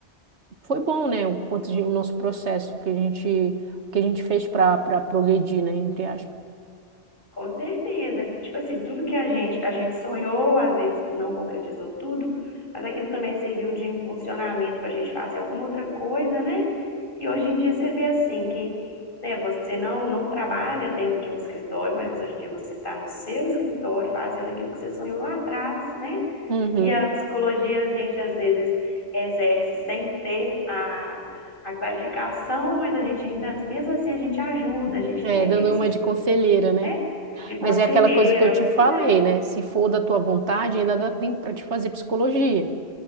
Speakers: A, on the right; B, on the left.
A: foi bom, né? O quanto de, o nosso processo que a gente, que a gente fez para para progredir, né? Entre aspas.
B: Com certeza. Tipo assim, tudo que a gente, a gente sonhou, às vezes não concretizou tudo, mas aquilo também serviu de impulsionamento para a gente fazer alguma outra coisa, né? E hoje em dia você vê assim que, né, você não, não trabalha dentro de um escritório, mas hoje em dia você está no seu escritório fazendo aquilo que você sonhou lá atrás, né?
A: Uhum.
B: E a psicologia a gente às vezes exerce sem ter a, a qualificação, mas a gente ainda, mesmo assim, a gente ajuda, a gente
A: É,
B: tem aqueles
A: dando uma de conselheira, né?
B: é, de conselheira.
A: Mas é aquela coisa que eu te falei,
B: Pois é,
A: né? Se for da tua vontade, ainda dá tempo para te fazer psicologia.